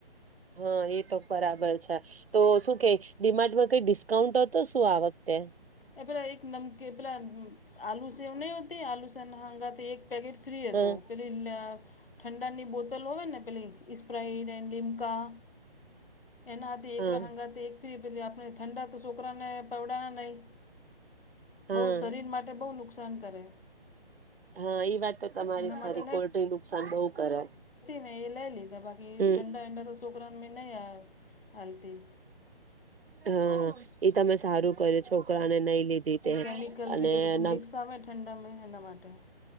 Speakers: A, on the right; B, on the left.
A: હા એ તો બરાબર છે તો શું કે ડિમાર્ડમાં કઈ ડિસ્કાઉન્ટ હતો શું આ વખતે.
B: એ પેલા એક નમકી પેલા આલુ સેવ નહી હોતી આલુ સેવ હંગા એક પેકેટ ફ્રી
A: હા
B: હતું પેલી <unintelligible> ઠંડાની બોતલ હોય ને પેલી સ્પ્રઇડ એ લિમકા એનાથી એકરહંગથી
A: હા
B: એક ફરી બધી આપણે ઠંડા તો છોકરા ને પવડાના નહી.
A: હા
B: બહું શરીર માટે બહું નુ નુકસાન કરે.
A: હા એ વાત તો તમારી
B: એના
A: ખરી
B: માટે
A: કોલ્ડ્રી નુકસાન બહુ કરે.
B: મે એ લઈ લી તો બાકી
A: હમ
B: ઠંડા ઠંડા તો છોકરા <unintelligible> નહી આ હલતી
A: હા. એ તમે સારું કર્યું છોકરાને નહી લીધી તે
B: કેમિકલ
A: અને
B: બીજું બધું
A: ન
B: મિક્સ આવે ઠંડામાં એના માટે